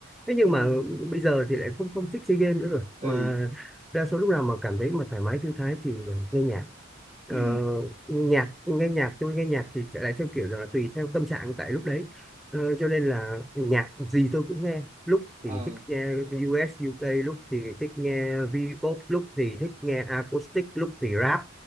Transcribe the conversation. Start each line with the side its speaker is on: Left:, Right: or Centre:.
Centre: Thế nhưng
Right: ừ
Centre: mà bây giờ thì lại không không thích chơi game nữa rồi.
Right: ừ
Centre: Mà đa số lúc nào mà cảm thấy mà thoải mái thư thái thì nghe nhạc. Ờ,
Right: ừ
Centre: nhạc nghe nhạc tôi nghe nhạc thì sẽ lại theo kiểu là tùy theo tâm trạng tại lúc đấy. Ờ, cho nên là nhạc gì tôi cũng nghe. Lúc
Right: ờ
Centre: thì thích nghe US UK, lúc thì thích nghe V-pop, lúc thì thích nghe acoustic, lúc thì rap